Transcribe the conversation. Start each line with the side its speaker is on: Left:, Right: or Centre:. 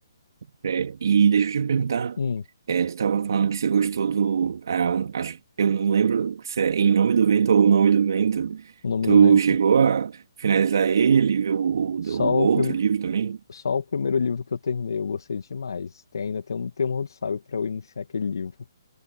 Right: É, e deixa eu te perguntar.
Left: Hum,
Right: É, tu tava falando que você gostou do. ah, um- acho, eu não lembro se é Em Nome do Vento ou O Nome do Vento.
Left: O Nome
Right: Tu
Left: do Vento.
Right: chegou a finalizar ele, ver o, o,
Left: Só
Right: o outro
Left: o, prim...
Right: livro também?
Left: Só o primeiro livro que eu terminei, eu gostei demais. Tem, ainda tem um temor do sábio para eu iniciar aquele livro.